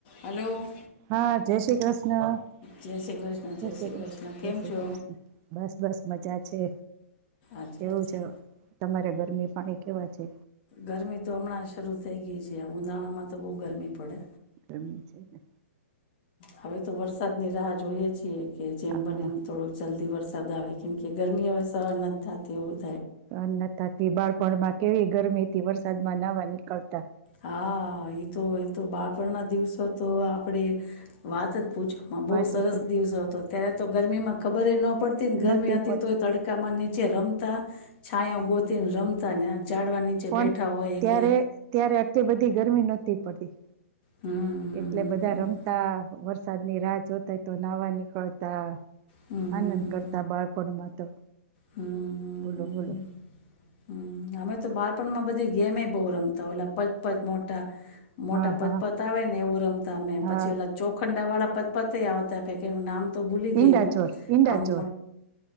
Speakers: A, on the left; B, on the right.
A: Hello
B: હા, જય શ્રી કૃષ્ણ-જય
A: જય શ્રી કૃષ્ણ જય
B: શ્રી કૃષ્ણ-જય
A: કૃષ્ણ કેમ
B: શ્રી
A: છો
B: કૃષ્ણ બસ- બસ મજા છે.
A: અચ્છા
B: કેવું
A: અચ્છા
B: છે તમારે ગરમી? પાણી કેવા છે?
A: ગરમી તો હમણાં શરૂ થઈ ગઈ છે, ઉનાળા માં તો બઉ ગરમી પડે.
B: ગરમી છે ને?
A: હવે તો વરસાદની રાહ જોઈએ છીએ. કે જેમ
B: હા
A: બને એમ થોડુક જલ્દ વરસાદ આવે કેમ કે ગરમી હવે સહન નથી થાતી હવે.
B: સહન નથ થાતી. બાળક પણમાં કેવી ગરમીથી વરસાદમાં નાવા નીકળતા
A: હા તો એ તો બાળપણ ના દિવસો તો આપણે, વાત જ પૂછવામાં
B: વાચું
A: બહુ સરસ દિવસો હતો, ત્યારે તો ગરમીમાં ખબર એ ન પડતી ને ગરમી
B: નહોતી
A: હતી
B: પણ
A: તોય તડકામાં નીચે ચે રમતા, છાયા ગોતીને રમતા ઝાડવા નીચે
B: પણ
A: બેઠા હોય,
B: ત્યારે
A: કે
B: ત્યારે આટલી બધી ગરમી નહોતી પડતી
A: હમ હમ
B: એટલે બધા રમતા વ વરસાદ ની રાહ જોતાય તો નાહવા નીકળતા
A: હમ
B: આનંદ
A: હમ
B: કરતા બાળપણમાં તો
A: હમ
B: બોલો બોલો
A: હમ અમે તો બાળપણમાં બધી ગેમે બહુ રમતા ઓટલા પચ પચ મોટા મોટા
B: હા
A: પતપત
B: હા
A: આવે ને એવું રમતા અમે,
B: હા
A: પછી ઓલા ચોખંડા વાળા પતપત આવતા કઇક એનુ નામ તો બૂલી
B: ઈંડાચોર
A: ગય હું,
B: ઈંડાચોર
A: આમ